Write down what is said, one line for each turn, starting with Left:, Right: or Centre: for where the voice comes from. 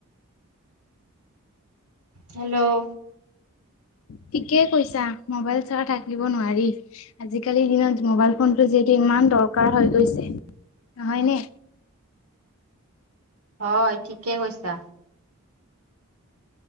Right: হেল্ল'
Left: ঠিকেই কৈছা মবাইল চাল থাকদিব নোৱাৰি। আজিকালিৰ দিনত মোবাইল ফোনটো যিহেতু ইমান দৰকাৰ হৈ গৈছে নহয় নে?
Right: হয় ঠিকে কৈছা।